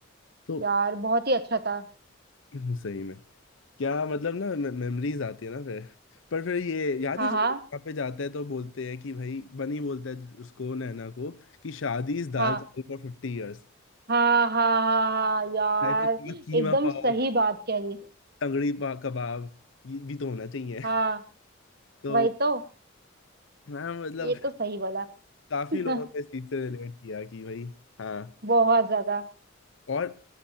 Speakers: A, on the left; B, on the right.
A: तो
B: यार बहुत ही अच्छा था
A: <clears throat> सही में क्या मतलब ना मेमोरीज आती है ना फिर पर फिर ये याद
B: हाँ
A: है जब
B: हाँ
A: ये यहाँ पे जाते हैं तो बोलते हैं कि भाई बनी बोलता है उसको नैना को कि शादी इस दाल
B: हाँ
A: चावल फॉर फिफ्टी ईयर्स
B: हाँ हाँ हाँ हाँ यार
A: लाइफ में थोड़ा
B: एकदम
A: कीमा पाव
B: सही बात कह रही
A: तंगड़ी पा कबाब ये भी तो होना चाहिए
B: हाँ
A: तो
B: वही तो
A: हाँ मतलब
B: ये तो सही बोला
A: काफी
B: <laughs>
A: लोगों ने इस चीज से रिलेट किया कि भाई हाँ
B: बहुत ज्यादा
A: और